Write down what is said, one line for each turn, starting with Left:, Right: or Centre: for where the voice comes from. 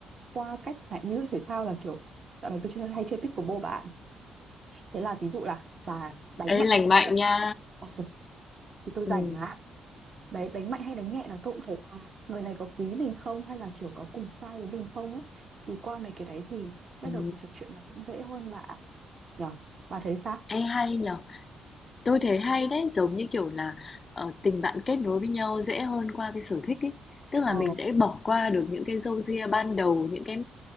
Right: qua cách lại như thể thao là kiểu dạo này tôi chơi hay chơi pickleball bạn thế là ví dụ là bà đánh
Left: Ê
Right: mạnh
Left: lành
Right: hay đánh
Left: mạnh
Right: nhẹ
Left: nha.
Right: ôi rồi thì tôi
Left: Ừ.
Right: rảnh mà đấy đánh mạnh hay đánh nhẹ là tôi cũng thấy à người này có quý mình không hay là kiểu có cùng sai với mình không ấy thì qua mấy cái đấy gì bắt
Left: Ừ.
Right: đầu cuộc trò chuyện là cũng dễ hơn bà nhở bà thấy sao
Left: Ê hay nhở Tôi thấy hay đấy, giống như kiểu là ờ, tình bạn kết nối với nhau dễ hơn qua cái sở thích ấy. Tức là
Right: ờ
Left: mình sẽ bỏ qua được những cái râu ria ban đầu, những cái